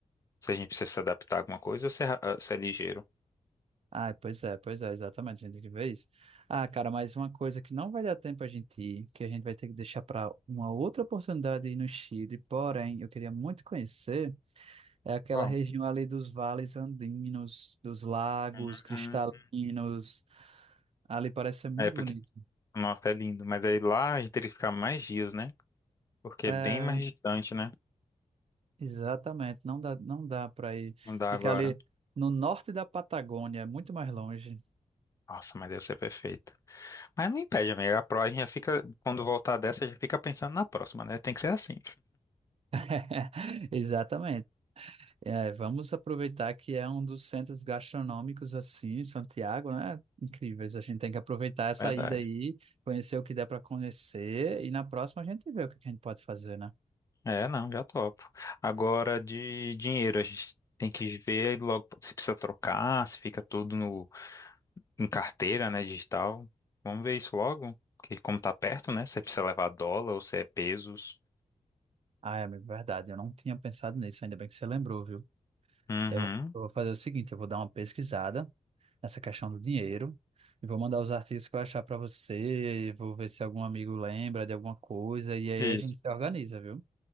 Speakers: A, on the left (about 25°); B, on the right (about 50°).
A: Se a gente precisa se adaptar a alguma coisa ou se é, ra- ah, se é ligeiro.
B: Ah, pois é, pois é, exatamente. A gente tem que ver isso. Ah, cara, mas uma coisa que não vai dar tempo a gente ir, que a gente vai ter que deixar para uma outra oportunidade ir no Chile, porém, eu queria muito conhecer, é aquela
A: Ó.
B: região ali dos vales andinos, dos lagos
A: Uhum.
B: cristalinos. Ali parece ser muito
A: É porque,
B: bonito.
A: nossa, é lindo. Mas aí lá a gente teria que ficar mais dias, né? Porque
B: É,
A: é bem mais distante, né?
B: Exatamente, não dá, não dá para ir
A: Não dá
B: ficar
A: agora.
B: ali no norte da Patagônia, é muito mais longe.
A: Nossa, mas deve ser perfeito. Mas não impede, amiga. A pró a gente já fica, quando voltar dessa, já fica pensando na próxima, né? Tem que ser assim.
B: <laughs> Exatamente. É, vamos aproveitar que é um dos centros gastronômicos assim, em Santiago, né? Incríveis. A gente tem que aproveitar essa
A: Verdade.
B: ida aí, conhecer o que der para conhecer e na próxima a gente vê o que que a gente pode fazer, né?
A: É, não, já topo. Agora de dinheiro, a gente tem que ver logo se precisa trocar, se fica tudo no, em carteira, né, digital. Vamos ver isso logo, porque como tá perto, né, se precisa levar dólar ou se é pesos.
B: Ah, é amigo, verdade. Eu não tinha pensado nisso, ainda bem que você lembrou, viu?
A: Uhum,
B: Eu, eu vou fazer o seguinte, eu vou dar uma pesquisada. essa questão do dinheiro. E vou mandar os artigos que eu achar para você, vou ver se algum amigo lembra de alguma coisa, e aí
A: isso.
B: a gente se organiza, viu?